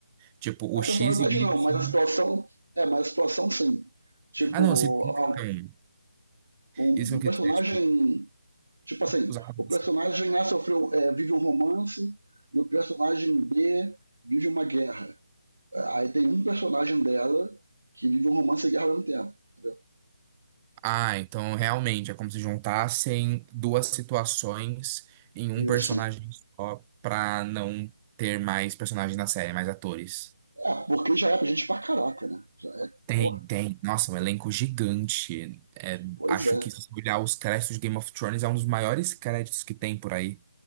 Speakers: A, on the right (about 15°); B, on the right (about 65°).
A: Tipo,
B: A
A: o
B: personalidade
A: X e o Y.
B: não, mas a situação, é, mas a situação sim. Tipo,
A: Ah, não, se... então,
B: ah, um,
A: isso
B: um
A: que
B: personagem
A: eu quis dizer, tipo,
B: Tipo assim,
A: os atores
B: o personagem A sofreu, é, vive um romance e o personagem B vive uma guerra. Aí tem um personagem dela que vive um romance e guerra ao mesmo tempo. Entendeu?
A: Ah, então realmente é como se juntassem duas situações em um
B: Isso.
A: personagem só pra não ter mais personagens na série, mais atores.
B: É, porque já é pra gente pra caraca, né? Já é.
A: Tem,
B: Porra.
A: tem. Nossa, um elenco gigante. É,
B: Pois
A: acho
B: é.
A: que
B: <laughs>
A: se você olhar os créditos de Game of Thrones, é um dos maiores créditos que tem por aí.